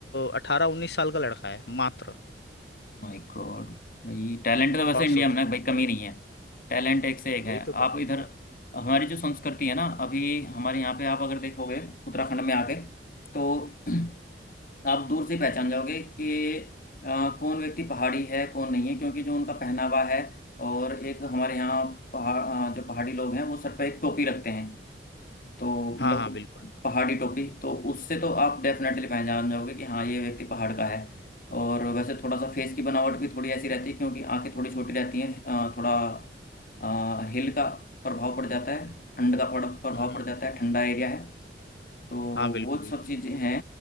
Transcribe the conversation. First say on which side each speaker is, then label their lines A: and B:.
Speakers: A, on the left; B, on the left.
A: अठारह उन्नीस साल का लड़का है मात्र
B: My god भाई टैलेंट तो
A: अब
B: वैसे
A: आप
B: इंडिया
A: सोचो
B: में ना भाई कमी नहीं है टैलेंट एक से एक
A: वही
B: है
A: तो कह
B: आप
A: रहा हूँ
B: इधर हमारी जो संस्कृति है ना अभी हमारे यहाँ पे आप अगर देखोगे उत्तराखंड में आके तो <clears throat> आप दूर से ही पहचान जाओगे कि अ, कौन व्यक्ति पहाड़ी है कौन नहीं है क्योंकि जो उनका पहनावा है और एक हमारे यहाँ पहाड़ अ, जो पहाड़ी लोग हैं वो सर पे एक टोपी रखते हैं तो मतलब
A: हाँ हाँ
B: वो
A: बिल्कुल
B: पहाड़ी टोपी तो उससे तो आप डेफिनेटली पहचान जाओगे कि हाँ ये व्यक्ति पहाड़ का है और वैसे थोड़ा सा फेस की बनावट भी थोड़ी ऐसी रहती है क्योंकि आंखें थोड़ी छोटी रहती हैं अ, थोड़ा हिल का प्रभाव पड़ जाता है ठंड का पड़- प्रभाव
A: हम्म
B: पड़ जाता है ठंडा एरिया है तो
A: हाँ बिल्कुल
B: वो
A: बिल्कुल
B: सब चीज़ें हैं